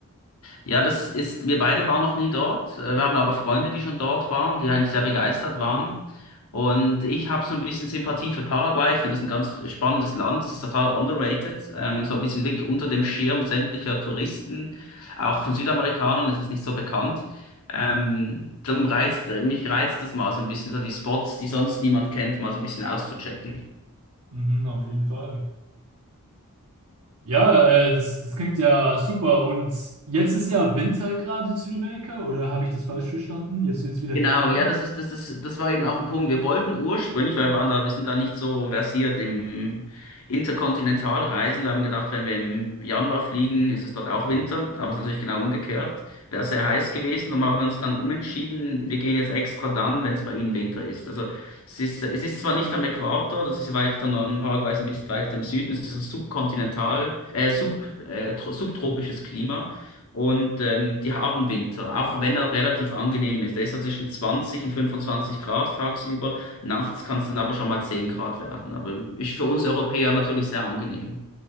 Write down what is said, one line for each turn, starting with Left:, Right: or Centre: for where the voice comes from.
Left: Ja, das ist, wir beide waren noch nie dort. Äh, Wir haben aber Freunde, die schon dort waren, die eigentlich sehr begeistert waren. Und ich habe so ein bisschen Sympathie für Paraguay. Ich finde das ein ganz spannendes Land. Das ist total underrated. Ähm, so ein bisschen wirklich unter dem Schirm sämtlicher Touristen, auch von Südamerikanern. Es ist nicht so bekannt. Ähm, darum reizt, mich reizt das mal so ein bisschen, so die Spots, die sonst niemand kennt, mal so ein bisschen auszuchecken.
Right: Mhm, auf jeden Fall. Ja, äh, das, das klingt ja super. Und jetzt ist ja Winter gerade in Südamerika, oder habe ich das falsch verstanden? Jetzt wird es wieder
Left: Genau,
Right: kälter.
Left: ja, das ist, das, das, das war eben auch ein Punkt. Wir wollten ursprünglich, weil wir waren da, wir sind da nicht so versiert im Interkontinentalreisen. Wir haben gedacht, wenn wir im Januar fliegen, ist es dort auch Winter, aber es ist natürlich genau umgekehrt. Wäre sehr heiß gewesen, dann haben wir uns dann umentschieden, wir gehen jetzt extra dann, wenn es bei Ihnen Winter ist. Also es ist, es ist zwar nicht am Äquator, das ist weiter noch, Paraguay ist ein bisschen weiter im Süden, es ist ein subkontinental, äh, sub, äh, tro- subtropisches Klima. Und ähm, die haben Winter, auch wenn er relativ angenehm ist. Der ist so zwischen 20 und 25 Grad tagsüber. Nachts kann es dann aber schon mal 10 Grad werden. Aber ist für uns Europäer natürlich sehr angenehm.